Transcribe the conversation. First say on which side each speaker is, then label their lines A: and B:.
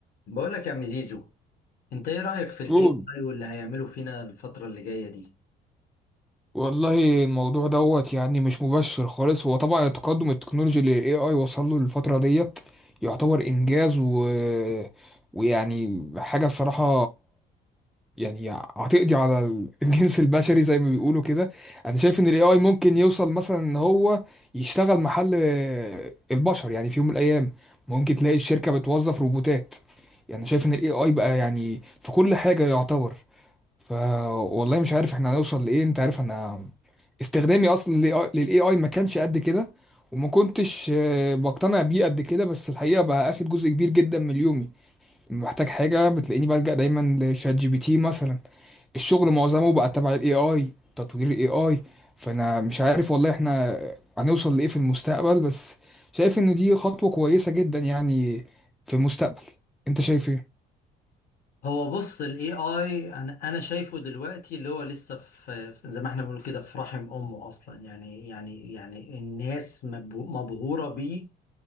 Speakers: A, on the left (about 60°); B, in the centre.
A: بقول لك يا عم زيزو انت ايه رأيك في الاي
B: قول
A: اي واللي هيعمله فينا الفترة اللي جاية دي
B: والله الموضوع دوت يعني مش مبشر خالص هو طبعا التقدم التكنولوجي اللي الاي اي وصل له الفترة ديت يعتبر انجاز و... ويعني حاجة الصراحة يعني هتقضي على ال- <laughs> الجنس البشري زي ما بيقولوا كده انا شايف ان الاي اي ممكن يوصل مثلا ان هو يشتغل محل البشر يعني في يوم من الايام ممكن تلاقي الشركة بتوظف روبوتات يعني شايف ان الاي اي بقى يعني في كل حاجة يعتبر ف والله مش عارف احنا هنوصل لايه انت عارف انا استخدامي اصلا للاي اي ما كانش قد كده وما كنتش آه، بقتنع بيه قد كده بس الحقيقه بقى اخد جزء كبير جدا من يومي لما بحتاج حاجه بتلاقيني بلجأ دايما لشات جي بي تي مثلا الشغل معظمه بقى تبع الاي اي تطوير الاي اي فانا مش عارف والله احنا هنوصل لايه في المستقبل بس شايف ان دي خطوه كويسه جدا يعني في المستقبل انت شايف ايه
A: هو بص الاي اي انا انا شايفه دلوقتي اللي هو لسه في في- زي ما احنا بنقول كده في رحم امه اصلا يعني يعني يعني الناس مب- مبهورة بيه